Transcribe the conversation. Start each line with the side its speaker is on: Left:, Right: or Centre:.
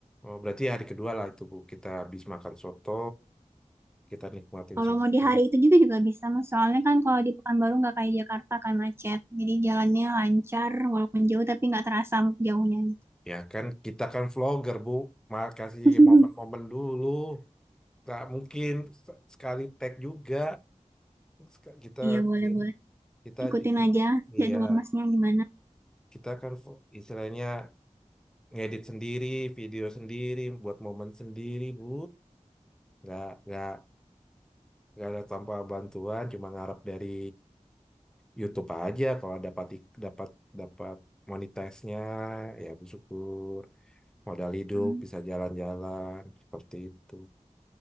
Centre: Oh, berarti hari kedua lah itu Bu. Kita habis makan soto, kita nikmatin
Right: kalau
Centre: semua
Right: mau di hari itu juga juga bisa Mas. soalnya kan kalau di Pekanbaru nggak kayak Jakarta kan macet jadi jalannya lancar walaupun jauh tapi nggak terasa jauhnya gitu
Centre: ya kan kita kan vlogger bu Mal kasih
Right: <laughs>
Centre: momen-momen dulu nggak mungkin se- sekali tag juga Sek- kita
Right: iya boleh
Centre: jadi
Right: boleh
Centre: kita
Right: ikutin aja
Centre: iya
Right: jadwal masnya gimana.
Centre: kita kan vo- istilahnya ngedit sendiri video sendiri buat momen sendiri bu nggak nggak nggak ada tanpa bantuan cuma ngarep dari YouTube aja kalau dapat ik- dapat dapat monetize-nya ya bersyukur modal hidup
Right: Hmm.
Centre: bisa jalan-jalan seperti itu.